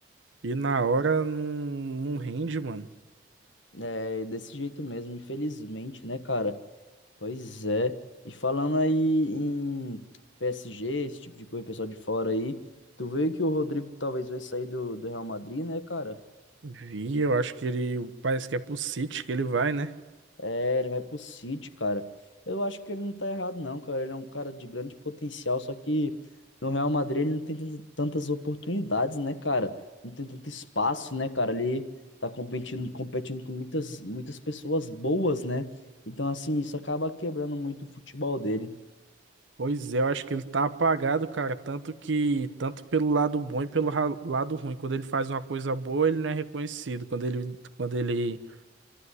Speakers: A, on the right; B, on the left.
A: e na hora não, não rende, mano.
B: É desse jeito mesmo, infelizmente, né, cara? Pois é. E falando aí em PSG, esse tipo de coisa, pessoal de fora aí, tu vê que o Rodrigo talvez vai sair do, do Real Madrid, né, cara?
A: Vi, eu acho que ele. Parece que é pro City que ele vai, né?
B: É, ele vai pro City, cara. Eu acho que ele não tá errado, não, cara. Ele é um cara de grande potencial, só que no Real Madrid ele não tem tant- tantas oportunidades, né, cara? Não tem tanto espaço, né, cara? Ele tá competindo, competindo com muitas, muitas pessoas boas, né? Então, assim, isso acaba quebrando muito o futebol dele.
A: Pois é, eu acho que ele tá apagado, cara, tanto que tanto pelo lado bom e pelo ra- lado ruim. Quando ele faz uma coisa boa, ele não é reconhecido. Quando ele quando ele